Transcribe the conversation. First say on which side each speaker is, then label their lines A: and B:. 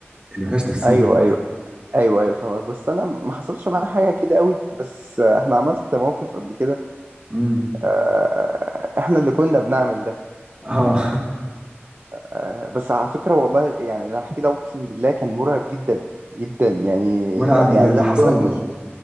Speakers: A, on the right; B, on the right.
A: اللي ملهاش تفسير
B: ايوه
A: دي بتحصل
B: ايوه ايوه ايوه فاهمك بس انا ما حصلش معايا حاجه كده قوي بس آه، احنا عملت موقف قبل كده
A: امم
B: آه، احنا اللي كنا بنعمل ده
A: اه
B: آه، بس على فكره والله يعني اللي هحكي ده اقسم بالله كان مرعب جدا جدا يعني
A: <laughs> مرعب للي
B: يعني لا
A: حصل
B: بقول لك
A: له
B: مش